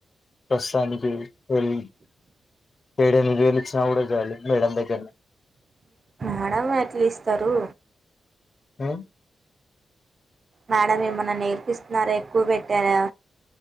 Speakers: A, on the left; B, on the right.
A: ప్రస్తుతానికి వెళ్ ఏడు ఎనిమిది వేలు ఇచ్చినా కూడా చయాలి మేడం దగ్గరనే
B: మడం ఎట్లా ఇస్తారు
A: ఉ
B: మేడం ఏమన్నా నేర్పిస్తున్నారా ఎక్కువ పెట్టారా